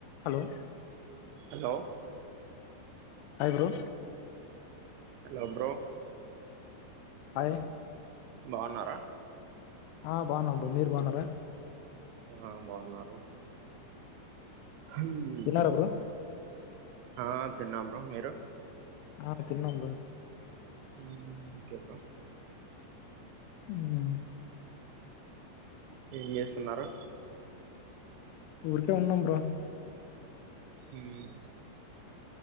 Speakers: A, on the left; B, on the right.
A: Hello.
B: Hello.
A: Hi bro.
B: Hello bro.
A: Hi.
B: బావున్నారా.
A: ఆ బాగున్నాం బ్రో. మీరు బాగున్నారా?
B: ఆ బావున్నారు. హామ్.
A: తిన్నారా బ్రో
B: ఆ తిన్నాం బ్రో. మీరు
A: ఆ తిన్నాం బ్రో.
B: హామ్ ఓకే బ్రో.
A: ఉమ్.
B: ఏం చేస్తున్నారు?
A: ఊరికే ఉన్నాం. బ్రో.
B: ఉమ్.